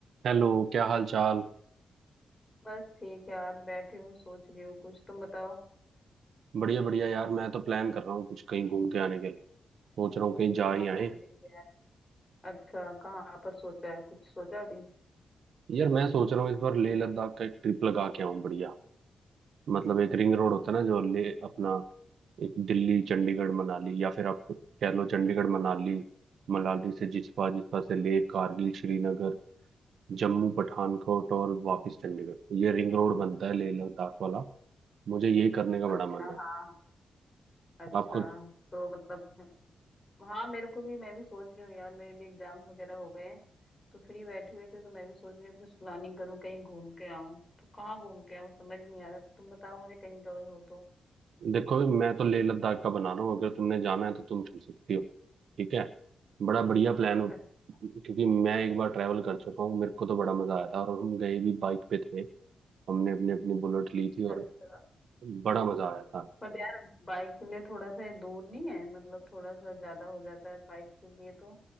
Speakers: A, on the right; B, on the left.
A: Hello क्या हाल चाल
B: बस ठीक है यार बैठी हूँ सोच रही हूँ कुछ तुम बताओ
A: बढ़िया बढ़िया यार मैं तो प्लान कर रहा हूँ कुछ कहीं घूम के आने के लिए सोच रहा हूँ कहीं जा
B: कहाँ
A: ही आए
B: घूमने की है अच्छा कहाँ पर सोचा है कुछ सोचा अभी
A: यार मैं सोच रहा हूँ इस बार लेह लद्दाख का एक ट्रिप लगा के आऊँ बढ़िया मतलब एक रिंग रोड होता है ना जो ले अपना एक दिल्ली चंडीगढ़ मनाली या फिर आप कह लो चंडीगढ़ मनाली मनाली से जिस्पा जिस्पा से लेह कारगिल श्रीनगर जम्मू पठानकोट और वापस चंडीगढ़ ये रिंग रोड बनता है लेह लद्दाख वाला मुझे ये करने का बड़ा
B: अच्छा
A: मन है
B: हाँ अच्छा
A: आपका
B: तो मतलब हाँ मेरे को भी मैं भी सोच रही हूँ यार मेरे भी एग्जाम वगैरह हो गए हैं तो फ्री बैठी हुई थी तो मैं भी सोच रही हूँ कुछ प्लानिंग करूँ कहीं घूम के आऊँ तो कहाँ घूम के आऊँ समझ नहीं आ रहा तुम बताओ मुझे कहीं गए हो तो
A: देखो भाई, मैं तो लेह लद्दाख का बना रहा हूँ अगर तुमने जाना है तो तुम चल सकती हो ठीक है बड़ा बढ़िया प्लान हो
B: अच्छा
A: क्योंकि मैं एक बार ट्रैवल कर चुका हूँ मेरे को तो बड़ा मजा आया था और हम गए भी बाइक पे थे हमने अपनी अपनी बुलेट ली
B: अच्छा
A: थी और बड़ा मजा आया था
B: पर यार बाइक के लिए थोड़ा सा ये दूर नहीं है मतलब थोड़ा सा ज्यादा हो जाता है बाइक के लिए तो